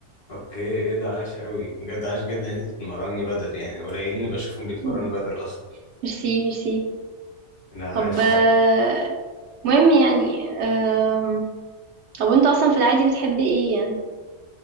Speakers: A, on the left (about 55°); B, on the right (about 65°).
A: اوكي ايه ده عاش قوي بجد عاش جدا إن انت بتتمرني بدل يعني قليلين اللي بشوفهم بيتمرنوا
B: مم.
A: بدل اصلا
B: ميرسي ميرسي
A: لا عاش
B: طب آه، مهم يعني آم، طب وأنت أصلا في العادي بتحبي إيه يعني مم.